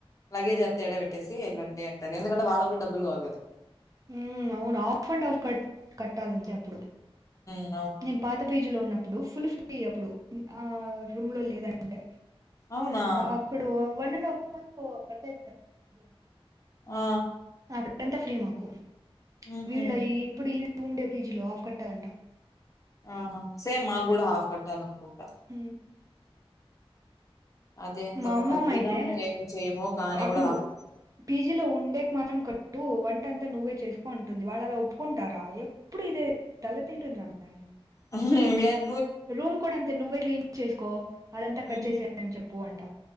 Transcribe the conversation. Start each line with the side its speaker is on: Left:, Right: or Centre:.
Left: లగేజ్ అంత ఎడ పెట్టేసి వెళ్ళండి అంటారు ఎందుకుంటే వాళ్ళకు కూడా డబ్బులు కావాలి కదా
Right: అమ్ అవును ఆఫ్ అండ్ ఆఫ్ క కట్టాలంటే అప్పుడు
Left: ఆమ్
Right: నేను పాత పేజ్ లో ఉన్నాప్పు ఇప్పుడు ఫుల్ ఫ్రీ అప్పుడు ఆ రూమ్ లో లేదండి అంటే
Left: అవునా
Right: అక్కడు వన్ అండ్ హాఫ్ మంత్ రచ ఇచ్చారు అప్పుడు
Left: ఆ
Right: అప్పుడంతా ఫ్రీ మాకు
Left: ఊహూ
Right: వీళ్ళ ఇప్పుడు టూ ఉండే పీజీలో ఆఫ్ కట్టాలంట
Left: ఆహా సేమ్ మా కూడా హాఫ్ కట్టారు అనుకుంటా
Right: హమ్
Left: అదేందో
Right: మా అమ్మమ్మ
Left: మరి తినము
Right: అయితే
Left: ఏమి చేయము కానీ
Right: అక్కడు
Left: కూడా హాఫ్
Right: పీజీలో ఉండేక మాత్రం కట్ వంటంతా నువ్వే చేసుకో అటుంది వాళ్ళు అలా ఒప్పుకుంటారా ఎప్పుడు ఇదే తల తింటుందిన్న ఆయన
Left: అహా ఏం లేదు
Right: రూమ్ కూడా అంతే నువ్వే క్లీీన్ చేసుకో అదంతా
Left: హ్మ్.
Right: కట్ చేసేయని చెప్ప పో అంట